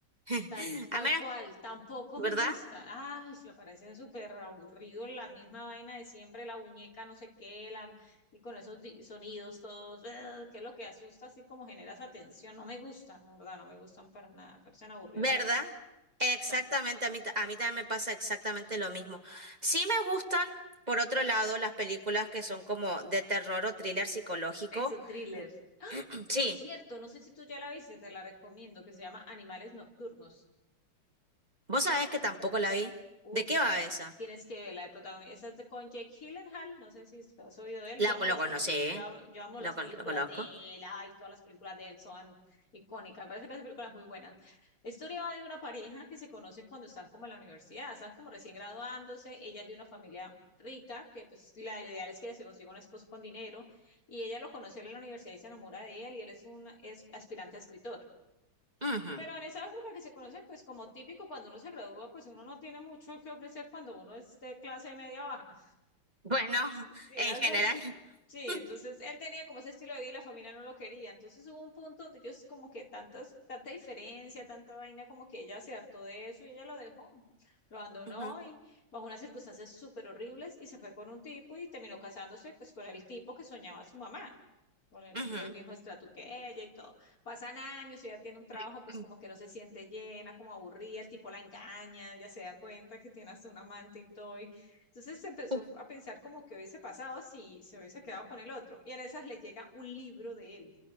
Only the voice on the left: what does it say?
tal, tal
cual, tampoco
me gusta. Ay, me parecen súper aburridos la misma vaina de siempre, la muñeca no sé qué, la, y con esos di- sonidos todos, ugh, que es lo que asusta, así como genera esa tensión. No me gustan, la verdad, no me gustan para nada, parecen aburridoras.
Tal.
Eso, thriller.
Por cierto, no sé si tú ya la viste, te la recomiendo, que se llama Animales Nocturnos.
Uy,
tiene-
tienes que ver la de protagonista. Esa es de con Jake Gyllenhaal. No sé si lo has oído de él.
Yo amo
las
peli,
yo, am- yo amo
las
películas
de él. Ay, todas las películas de él son icónicas. Me parece que hace películas muy buenas. La historia va de una pareja que se conocen cuando están como en la universidad. Están como recién graduándose. Ella es de una familia rica, que pues la ideal es que ella se consiga un esposo con dinero. Y ella lo conoció en la universidad y se enamora de él. Y él es un es aspirante a escritor.
Pero en esa época que se conocen, pues como típico, cuando uno se gradúa, pues uno no tiene mucho que ofrecer cuando uno es de clase media baja.
Sí,
algo
así. Sí,
entonces él tenía como ese estilo de vida y la familia no lo quería. Entonces hubo un punto donde ellos como que tantas, tanta diferencia, tanta vaina, como que ella se hartó de eso y ella lo dejó. Lo abandonó
y bajo unas circunstancias súper horribles y se fue con un tipo y terminó casándose pues con el tipo que soñaba su mamá, con el,
el mismo estrato que ella y todo. Pasan años y ella tiene un trabajo
pues como que no se siente llena, como aburrida, el tipo la engaña, ya se da cuenta que tiene hasta un amante y todo entonces se empezó
a pensar como que hubiese pasado si se hubiese quedado con el otro. Y en esas le llega un libro de él.